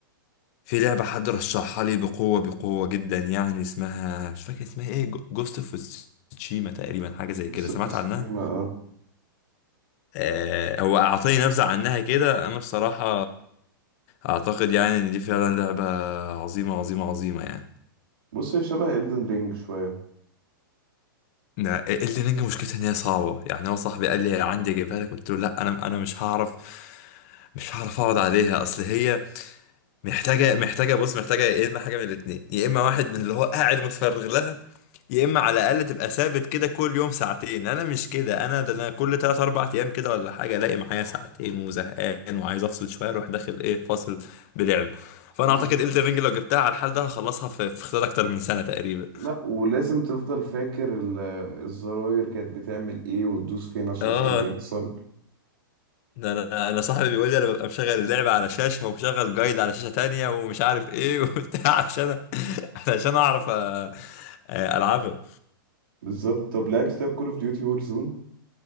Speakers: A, on the left; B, on the right.
A: في لعبه حد رشحها لي بقوه بقوه جدا يعني اسمها مش فاكر اسمها ايه جوست اوف تشيما تقريبا حاجه زي
B: بس
A: كده سمعت
B: بتستشيما
A: عنها
B: اه
A: آه، هو اعطيني نبذه عنها كده انا بصراحه اعتقد يعني ان دي فعلا لعبه عظيمه عظيمه عظيمه يعني
B: بص هي شبه إلدن رينج شويه
A: نا- الليرنج مشكلتها ان هي صعبه يعني هو صاحبي قال لي عندي اجيبها لك قلت له لا انا انا مش هعرف مش هعرف اقعد عليها اصل هي محتاجه محتاجه بص محتاجه يا اما حاجه من الاثنين يا اما واحد من اللي هو قاعد متفرغ لها يا اما على الاقل تبقى ثابت كده كل يوم ساعتين انا مش كده انا ده انا كل 3 4 ايام كده ولا حاجه الاقي معايا ساعتين وزهقان وعايز افصل شويه اروح داخل ايه فاصل بلعب فانا
B: بالظبط
A: اعتقد الدرينج لو جبتها على الحال ده هخلصها في في خلال اكتر من سنه تقريبا
B: لا ولازم تفضل فاكر ال- الزراير كانت بتعمل ايه وتدوس فين عشان
A: اه
B: ايه اللي يحصل
A: ده انا انا صاحبي بيقول لي انا ببقى مشغل اللعبه على شاشه ومشغل جايد على شاشه تانية ومش عارف ايه <laughs> وبتاع عشان <laughs> أ- عشان اعرف أ- العبها
B: بالظبط طب لعبت طب كول اوف ديوتي وور زون